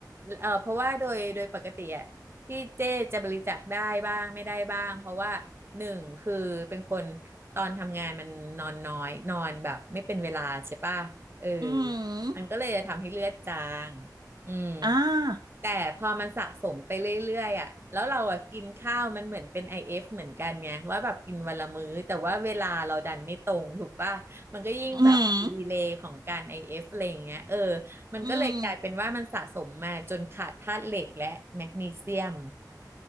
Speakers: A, on the right; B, on the right.
A: เออเพราะว่าโดยโดยปกติอะที่เจ๊จะบริจาคได้บ้างไม่ได้บ้างเพราะว่าหนึ่งคือเป็นคนตอนทำงานมันนอนน้อยนอนแบบไม่เป็นเวลาใช่ป่ะเออ
B: อืม
A: มันก็เลยจะทำให้เลือดจางอืม
B: อ่า
A: แต่พอมันสะสมไปเรื่อยๆอ่ะแล้วเราอ่ะกินข้าวมันเหมือนเป็น IF เอฟเหมือนกันไงว่าแบบกินวันละมื้อแต่ว่าเวลาเราดันไม่ตรงถูกป่ะมันก็ยิ่งแบบดีเลย์ของการ
B: อืม
A: IF อเอฟอะไรอย่างเงี้ยเออมันก็เลยกลายเป็นว่ามันสะสมมาจนขาดธาตุเหล็กและแมกนีเซียม
B: อืม